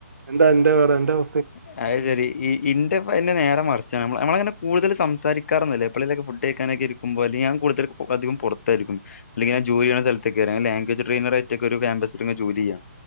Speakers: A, on the right; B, on the left.
A: എന്താ അൻ്റെ പാട് അൻ്റെ അവ
B: <unintelligible> അത് ശരി ഈ ഇന്റെ നേര മറിച്ച് നമ്മളങ്ങനെ കൂടുതൽ സംസാരിക്കാറൊന്നല്ല എപ്പോലൊക്കെ ഫുഡ് കഴക്കാനൊക്കെ ഇരി ക്കുമ്പോ അല്ലെ ഞാൻ കൂടുതലും അതികം പുറത്തായിരിക്കും അല്ലെങ്കി ഞാ ജോലി ചെയണ സ്ഥലത്തേക്ക അ ലാംഗവജ് ട്രൈനർ ആട്ടൊക്ക ഒരു ക്യാമ്പസിലിങ്ങനെ ജോലി ചെയ്യാ